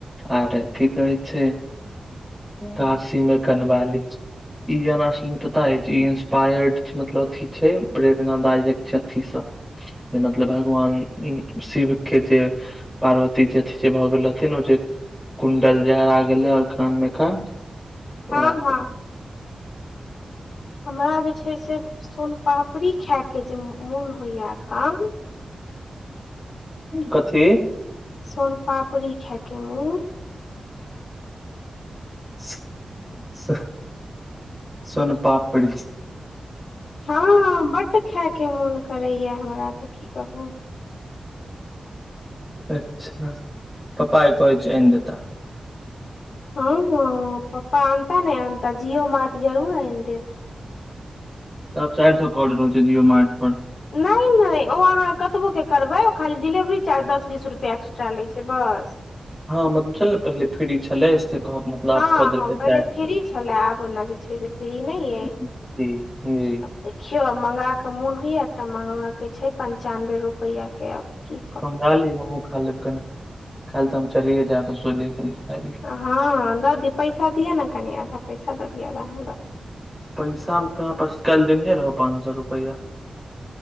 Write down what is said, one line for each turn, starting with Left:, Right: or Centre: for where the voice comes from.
Centre: आर की कहै छै काशीमे कनवाली ई जानाशि पता अछि ई इंसपायर्ड मतलब अथी छै प्रेरणादायक छथि अथी स जे मतलब भगवान शिव के जे पार्वतीजी अथि जे भऽ गेल रहथिन ओ जे कुण्डल जे हरा गेलै और कान मे का
Left: हां
Centre: ओएह
Left: हां हमरा जे छै से सोन पापड़ी खायके जे मोन होइया एखन
Centre: कथी
Left: सोन पापड़ी खायके मोन
Centre: सो सो सोनपापड़ी
Left: हँ बड्ड खायके मोन करैया हमरा तऽ की कहू
Centre: अच्छा पापा कहै छै एन देता
Left: हँ हँ पापा अनता नहि अनता जिओ मार्ट जरूर आनि देत
Centre: तब चारि सए कर रहल छै जिओ मार्ट पर
Left: नहि नहि ओ अहाँ कतबोके करबै ओ खाली डिलेवरी चार्ज दस बीस रुपैआ एक्स्ट्रा लै छै बस
Centre: हँ मत छले ने पहिले फ्री छलै से कहब मतलब आब
Left: हँ
Centre: कऽ देलकै
Left: हँ पहिले
Centre: चारि
Left: फ्री
Centre: सौ
Left: छलय आब ओना जे छै से फ्री नहि अइ
Centre: जी जी
Left: देखियौ मंगा के मोन होइया एकटा मंगा के छै पंचानबे रुपआ के आ की
Centre: मंगा लिय हमहु खा लेब कनी काइल तऽ हम चलिये जायब <unintelligible>
Left: कऽ। हँ दऽ दिय पैसा दिय ने कनि आधा पैसा दऽ दियऔ आधा हम द दै छीय
Centre: पैसामे तोरा पास काल्हि देनहे रहौ पाँंच सए रुपैया